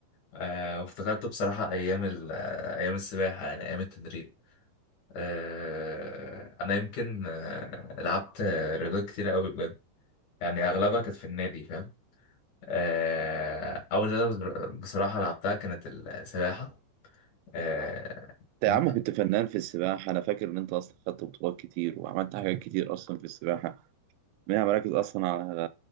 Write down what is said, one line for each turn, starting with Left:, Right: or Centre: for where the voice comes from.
Left: آه وافتكرت بصراحه ايام ال- ايام السباحه يعني ايام التدريب آه، انا يمكن آه، لعبت رياضات كتير قوي بجد يعني اغلبها كانت في النادي فاهم آه، اول رياضه بصراحه لعبتها كانت السباحه اه
Right: انت
Left: دي-
Right: يا عم كنت فنان في السباحة أنا فاكر إن أنت أصلا خدت بطولات كتير وعملت حاجات كتير أصلا في السباحة منها مراكز أصلا على